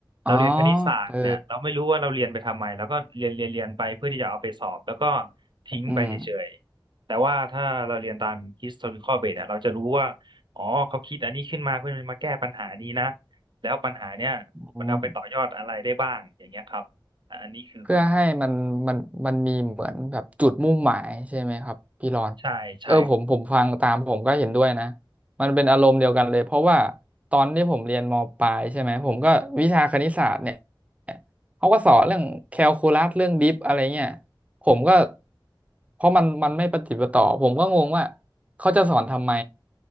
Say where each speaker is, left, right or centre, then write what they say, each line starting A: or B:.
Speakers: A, on the right (about 65°); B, on the right (about 15°).
A: เราเรียนคณิตศาสตร์เนี่ยเราไม่รู้ว่าเราเรียนไปทำไมแล้วก็เรียนเรียนเรียนไปเพื่อที่จะเอาไปสอบแล้วก็
B: อ๋อเออ
A: ทิ้งไปเฉยๆแต่ว่าถ้าเราเรียนตาม
B: อืม
A: historical base เนี่ยเราจะรู้ว่าอ๋อเขาคิดอันนี้ขึ้นมาเพื่อมาแก้ปัญหานี้นะแล้วปัญหาเนี่ยมันเอาไปต่อยอดอะไรได้บ้างอย่างเงี้ยครับ
B: อืม
A: อันนี้คือคอนเซ็ปต์
B: เพื่อให้มันมันมันมีเหมือนแบบจุดมุ่งหมายใช่ไหมครับพี่รอน
A: ใช่ใช่
B: เออผมผมฟังตามผมก็เห็นด้วยนะมันเป็นอารมณ์เดียวกันเลยเพราะว่าตอนที่ผมเรียนมปลายใช่ไหมผมก็วิชาคณิตศาสตร์เนี่ยเขาก็สอนเรื่องแคลคูลัสเรื่องดิฟอะไรเงี้ย ผมก็เพราะมันมันไม่ปฏิดปะต่อผมก็งงว่าเขาจะสอนทำไม